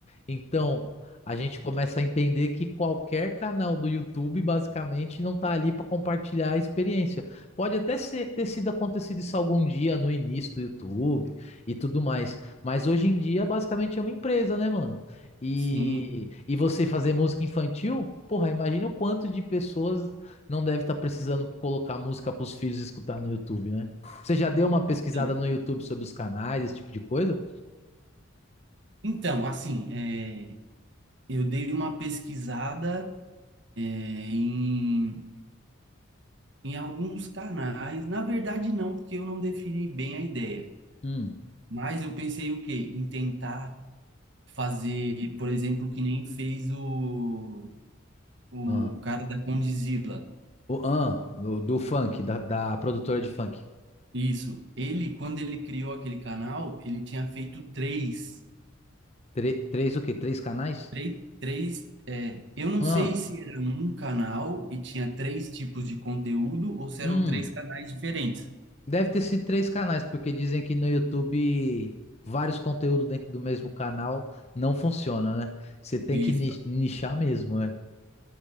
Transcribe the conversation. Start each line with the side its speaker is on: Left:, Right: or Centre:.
Left: Então, a gente começa a entender que qualquer canal do YouTube, basicamente, não está ali para compartilhar a experiência. Pode até ser- ter sido acontecido isso algum dia no início do YouTube e tudo mais, mas hoje em dia, basicamente, é uma empresa, né, mano? E,
Right: Sim.
Left: e você fazer música infantil, porra, imagina o quanto de pessoas não deve estar precisando colocar música para os filhos escutar no YouTube, né? Você já deu uma pesquisada
Right: Então,
Left: no YouTube sobre os canais, esse tipo de coisa?
Right: então, assim, é, eu dei uma pesquisada, é, em, em alguns canais. Na verdade, não, porque eu não defini bem a ideia.
Left: Hum.
Right: Mas eu pensei o quê? Em tentar fazer, por exemplo, que nem fez o, o
Left: Ah,
Right: cara da Condizila.
Left: o, ah, do, do funk, da, da produtora de funk.
Right: Isso. Ele, quando ele criou aquele canal, ele tinha feito três.
Left: Tre- três o quê? Três canais?
Right: Três, três, é, eu não
Left: Ah,
Right: sei se era um canal e tinha três tipos de conteúdo ou se
Left: hum.
Right: eram três canais diferentes.
Left: Deve ter sido três canais, porque dizem que no YouTube vários conteúdos dentro do mesmo canal não funciona, né? Você tem
Right: Isso.
Left: que ni- nichar mesmo, né?